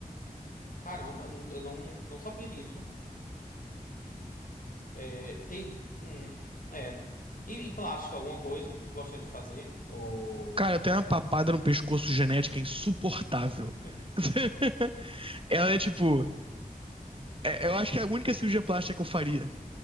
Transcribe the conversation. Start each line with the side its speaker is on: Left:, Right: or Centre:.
Left: caramba, eu não, não sabia disso. É, tem... hum, é. E, e plástico, alguma coisa que tu gostaria de fazer? Ou...
Right: Cara, eu tenho uma papada no pescoço genética insuportável.
Left: <laughs>
Right: <laughs> Ela é tipo. é- eu acho que é a única cirurgia plástica que eu faria